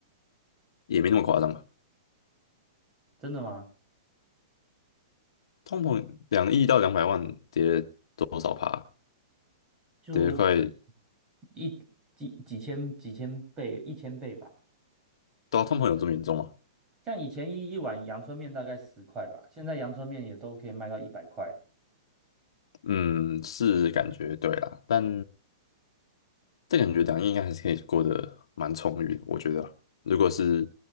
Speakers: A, on the left; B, on the right.
A: 也没那么夸张吧。
B: 真的吗？
A: 通膨两亿到两百万跌多少趴？
B: 就
A: 跌快，
B: 一几几千几千倍，一千倍吧。
A: 到通膨有这么严重吗？
B: 像以前一一碗阳春面大概十块吧，现在阳春面也都可以卖到一百块了。
A: 嗯，是感觉对啦，但但感觉两亿应该还是可以过得蛮充裕的，我觉得啊如果是